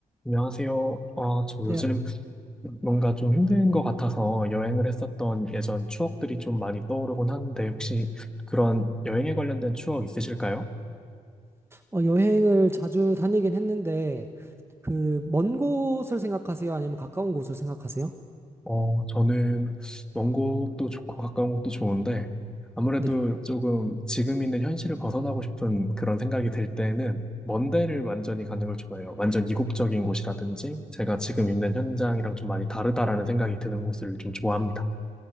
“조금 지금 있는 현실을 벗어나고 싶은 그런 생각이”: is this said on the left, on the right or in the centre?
Centre